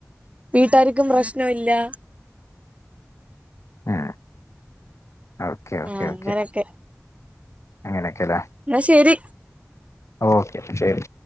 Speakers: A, on the right (about 25°); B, on the left (about 65°).
A: വീട്ടാര്ക്കും പ്രശ്നല്ല
B: ആ ഓക്കെ ഓക്കെ
A: ആഹ് അങ്ങനൊക്കെ
B: ഓക്കെ അങ്ങനൊക്കെല്ലേ
A: എന്നാ ശരി
B: ഓക്കെ ശരി